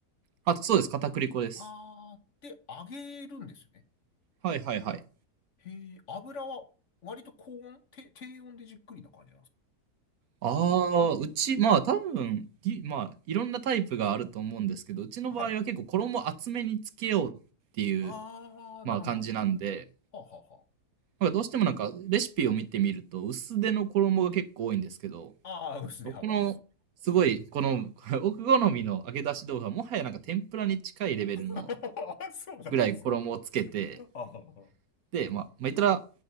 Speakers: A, on the right; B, on the left.
A: あ、そうです。片栗粉です。
B: ああー、で、揚げるんですよね。
A: はいはいはい。
B: へえ、油は、割と高温、低、低温でじっくりな感じなんですか
A: ああ、うち、まあ多分、ぎまあいろんなタイプがあると思うんですけど、うちの場合は結構衣厚めにつけようっていう、
B: はい。ああ、
A: まあ感じなんで、
B: なるほど。はあはあは
A: なんかどうしてもなんかレシピを見てみると薄手の衣が結構多いんですけど、
B: あ。ああ、薄れ歯が。
A: 僕のすごいこの <laughs> 奥好みの揚げ出し豆腐はもはやなんか天ぷらに近いレベルの
B: <laughs> そうなんですね。
A: ぐらい衣をつけて、
B: ああ、
A: で、まあ、まあ、言ったら